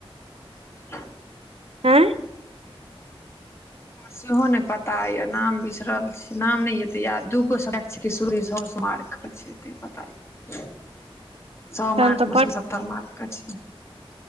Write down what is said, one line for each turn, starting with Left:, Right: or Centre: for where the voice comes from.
Left: <inaudible>
Right: आँय।
Left: सेहो ने पता ये नाम बिसरल छी, नाम ने हेते याद, दूगो सब्जेक्ट छ सुरमार् के छै। पता नई सो
Right: तहन
Left: मार्क
Right: तऽ
Left: मे से सत्तर मार्क के छै।